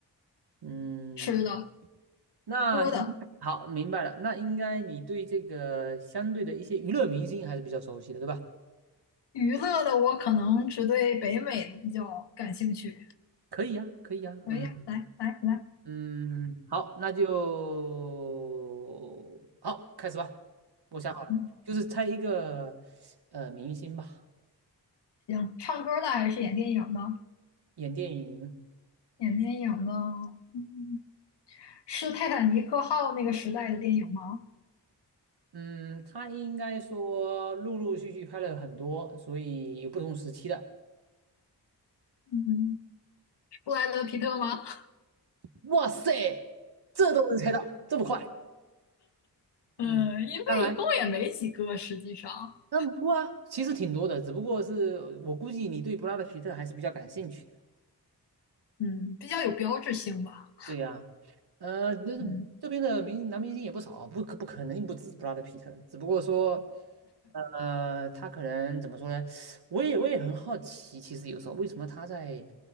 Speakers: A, on the right; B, on the left.
A: 嗯，
B: 吃的、
A: 那应好，
B: 喝的、
A: 明白了。那应该你对这个相对的一些娱乐明星还是比较熟悉的，对吧？
B: 娱乐的，我可能只对北美的比较感兴趣。
A: 可以呀，可以呀，
B: 可以呀，
A: 嗯
B: 来来来，
A: 嗯，好，那就好，开始吧。我想好了，
B: 嗯，
A: 就是猜一个呃明星吧，
B: 行，唱歌的还是演电影的？
A: 演电影。
B: 演电影的，嗯，是《泰坦尼克号》那个时代的电影吗？
A: 嗯，他应该说陆陆续续拍了很多，所以有不同时期的。
B: 嗯，布莱德皮特吗？
A: 哇塞，这都能猜到，这么快？嗯，
B: 嗯，因为一共也没几个，
A: 看来，
B: 实际上，
A: 嗯，不啊，其实挺多的，只不过是我估计你对布拉德皮特还是比较感兴趣的。
B: 嗯，比较有标志性吧。
A: 对呀、呃，那这边的明男明星也不少，
B: 嗯，
A: 不可不可能不止布拉德皮特，只不过说，呃，他可能怎么说呢？我也我也很好奇，其实有时候为什么他在